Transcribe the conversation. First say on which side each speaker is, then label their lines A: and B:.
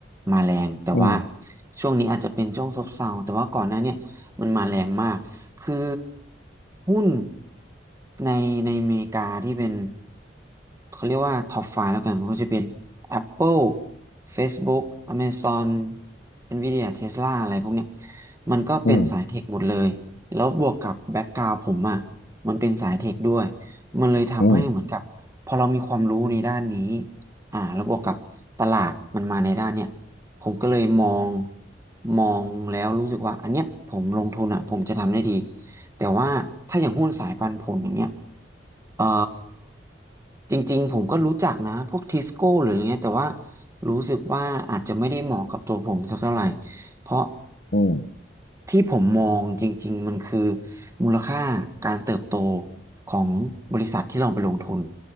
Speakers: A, on the right; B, on the left.
A: มาแรงแต่ว่า
B: อืม
A: ช่วงนี้อาจจะเป็นช่วงซบเซาแต่ว่าก่อนหน้าเนี่ยมันมาแรงมาก คือหุ้นในในอเมริกาที่เป็นเขาเรียกว่าท็อปไฟว์แล้วกันมันก็จะเป็น Apple Facebook Amazon Nvidia Tesla อะไรพวกเนี้ยมันก็เป็นสายเทคหมดเลยแล้วบวกกับแบ็กกราวด์ผมอ่ะ
B: อืม
A: มันเป็นสายเทคด้วยมันเลยทำให้เหมือนกับพอเรามีความรู้ในด้านนี้
B: อืม
A: อ่าแล้วบวกกับตลาดมันมาในด้านเนี้ย ผมก็เลยมอง มองแล้วรู้สึกว่าอันเนี้ยผมลงทุนอ่ะผมจะทำได้ดี แต่ว่าถ้าอย่างหุ้นสายปันผลอย่างเงี้ยเอ่อจริงๆผมก็รู้จักนะพวกทิสโก้หรืออะไรเงี้ยแต่ว่ารู้สึกว่าอาจจะไม่ได้เหมาะกับตัวผมสักเท่าไหร่เพราะ
B: อืม
A: ที่ผมมองจริงๆมันคือมูลค่าการเติบโตของบริษัทที่เราไปลงทุน